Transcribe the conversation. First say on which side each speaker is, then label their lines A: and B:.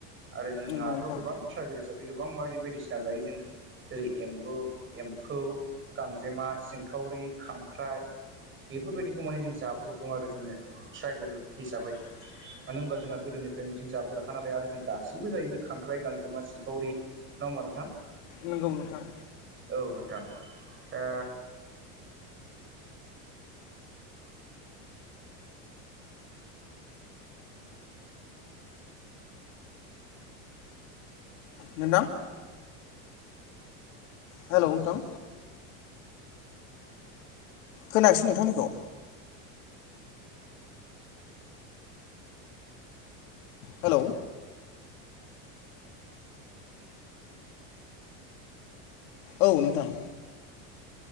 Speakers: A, on the right; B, on the left.
A: आरो जोंहाथ'
B: नंगौ नोंथां
A: गोबां ट्राइबेल हिसाबै गोबां माबायदि बायदिसिना जायो जोङो जेरै एम्बु एम्फौ गांजेमा सिं सिंखावरि खांख्राइ बेफोरबायदिखौ माने जों जाबोजोबदों आरो जोङो ट्राइबेल हिसाबै
B: <inaudible>
A: मानो होनबा जोंहा गोदोनिफ्राय बिदिनो जाबो ग्राखा नालाय आरो जों दासिमबो जायो बे खांख्राइ गांजेमा सिंखावि नङा होम नोंथां
B: नोंगौ नोंथां
A: औ नोंथां दा
B: नोंथां हेलौ नोंथां खोनायाखसै नोंथांनिखौ हेलौ औ नोंथां